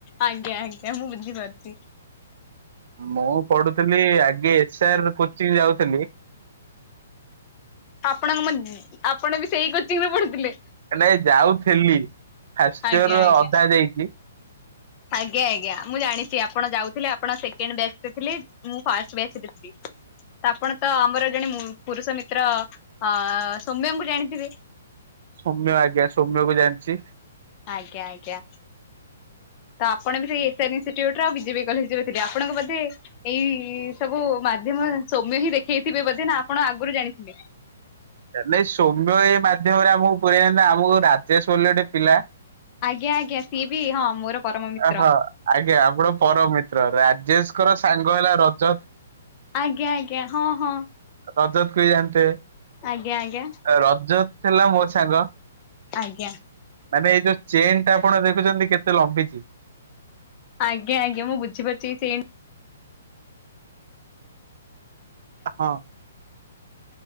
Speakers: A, on the left; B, on the right.
A: ଆଜ୍ଞା ଆଜ୍ଞା ମୁଁ ବୁଝିପାରୁଚି।
B: ମୁଁ ପଢୁଥିଲି ଆଗେ ଏସ୍ ଆର୍ କୋଚିଂ ଯାଉଥିଲି।
A: ଆପଣଙ୍କ ମୁ ଜ୍ ଆପଣ ବି ସେଇ କୋଚିଂରେ ପଢୁଥିଲେ।
B: ଏ ନାଇଁ ଯାଉଥିଲି। ଫାଷ୍ଟ
A: ଆଜ୍ଞା
B: ଇୟର
A: ଆଜ୍ଞା।
B: ଅଧା ଯାଇଛି।
A: ଆଜ୍ଞା ଆଜ୍ଞା ମୁଁ ଜାଣିଚି ଆପଣ ଯାଉଥିଲେ ଆପଣ ସେକେଣ୍ଡ ବ୍ୟାଚରେ ଥିଲେ। ମୁଁ ଫାଷ୍ଟ ବ୍ୟାଚରେ ଥିଲି। ଆପଣ ତ ଆମର ଜଣେ ଉଁ ପୁରୁଷ ମିତ୍ର ଅ ସୌମ୍ୟଙ୍କୁ ଜାଣିଥିବେ।
B: ସୌମ୍ୟ ଆଜ୍ଞା ସୌମ୍ୟକୁ ଜାଣିଚି।
A: ଆଜ୍ଞା ଆଜ୍ଞା। ତ ଆପଣ ବି ସେଇ ଏସ୍ ଆର୍ ଇନଷ୍ଟିଟ୍ୟୁଟର ବିଜେପି କଲେଜରେ ଥିଲେ ଆପଣଙ୍କୁ ବୋଧେ ଏଇ ସବୁ ମାଧ୍ୟମ ସୌମ୍ୟ ହିଁ ଦେଖେଇଥିବେ ବୋଧେ ନା ଆପଣ ଆଗରୁ ଜାଣିଥିଲେ।
B: ନାଇଁ ସୌମ୍ୟ ଏ ମାଧ୍ୟମରେ ଆମକୁ ପୁରେଇ ନା ଆମକୁ ରାଜେଶ ବୋଲି ଗୋଟେ ପିଲା
A: ଆଜ୍ଞା ଆଜ୍ଞା। ସିଏ ବି ହଁ ମୋର ପରମ ମିତ୍ର।
B: ହଁ ଆଜ୍ଞା ଆପଣଙ୍କ ପରମ ମିତ୍ର, ରାଜେଶଙ୍କର ସାଙ୍ଗ ହେଲା ରଜତ।
A: ଆଜ୍ଞା ଆଜ୍ଞା ହଁ ହଁ।
B: ରଜତକୁ ବି ଜାଣିଥିବେ।
A: ଆଜ୍ଞା ଆଜ୍ଞା
B: ରଜତ ଥିଲା ମୋ ସାଙ୍ଗ।
A: ଆଜ୍ଞା।
B: ମାନେ ଏଇ ଯୋଉ ଚେନଟା ଆପଣ ଦେଖୁଛନ୍ତି କେତେ ଲମ୍ବି
A: ଆଜ୍ଞା ଆଜ୍ଞା ମୁଁ ବୁଝିପାରୁଚି ଏଇ ଚେନ।
B: ହଁ।